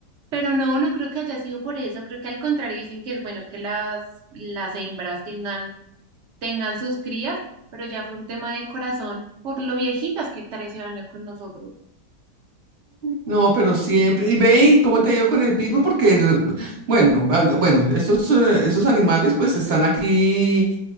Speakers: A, on the right (about 75°); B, on the right (about 45°).
A: Pero no, no creo que haya sido por eso. Creo que al contrario dicen que es bueno que las, las hembras tengan tengan sus crías, pero ya fue un tema de corazón por lo viejitas que 13 años con nosotros.
B: No, pero siempre. Y ve, ¿y cómo te ha ido con el pitbull? Porque, el- bueno, ah, bueno, esos, eh, esos animales pues están aquí